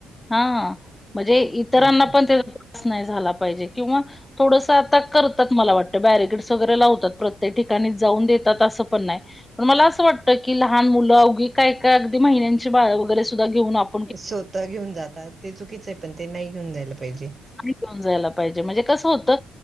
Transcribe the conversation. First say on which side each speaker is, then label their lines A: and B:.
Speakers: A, on the left (about 20°); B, on the right (about 35°).
A: हा, म्हणजे इतरांना
B: ते तर
A: पण त्याचा त्रास नाही झाला पाहिजे किंवा थोडस आता करतात. मला वाटतं बॅरिकेड्स वगैरे लावतात प्रत्येक ठिकाणी जाऊन देतात असं पण नाही. पण मला असं वाटतं की लहान मुलं अवघी काय काय अगदी महिन्यांची बाळ वगैरे सुद्धा घेऊन आप
B: स्वतः घेऊन जातात. ते चुकीच आहे. पण ते नाही घेऊन जायला पाहिजे.
A: नाही घेऊन जायला पाहिजे, म्हणजे कसं होतं